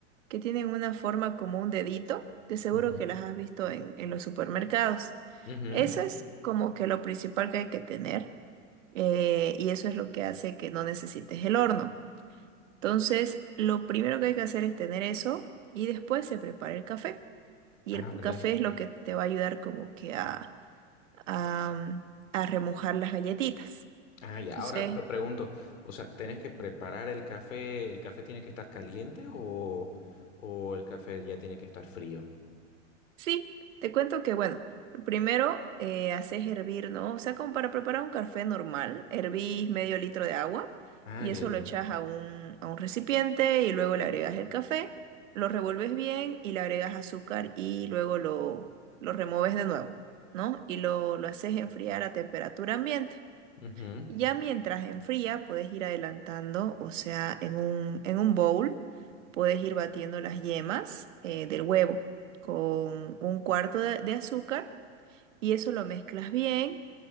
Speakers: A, on the right; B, on the left.
A: que tienen una forma como un dedito, de seguro
B: Ujú.
A: que las has visto en, en los supermercados.
B: Ujú.
A: Eso es como que lo principal que hay que tener eh, y eso es lo que hace que no necesites el horno. Entonces, lo primero que hay que hacer es tener eso y después se prepara el café. Y
B: Ah,
A: el pu-
B: buenísimo.
A: café es lo que te va a ayudar como que a, a, mm, a remojar las galletitas.
B: Ah, ya.
A: Entonces,
B: Ahora te pregunto, o sea, ¿tenés que preparar el café? ¿El café tiene que estar caliente o, o el café ya tiene que estar frío?
A: Sí, te cuento que, bueno, primero eh, haces hervir, ¿no? O sea, como para preparar un café normal, hervís medio litro de agua
B: Ah,
A: y
B: ya,
A: eso
B: ya.
A: lo echas a un, a un recipiente y luego le agregas el café, lo revuelves bien y le agregas azúcar y luego lo, lo removes de nuevo, ¿no? Y lo, lo haces enfriar a temperatura ambiente.
B: Ujú.
A: Ya mientras enfría, puedes ir adelantando, o sea, en un, en un bowl, puedes ir batiendo las yemas eh, del huevo con un cuarto de, de azúcar y eso lo mezclas bien,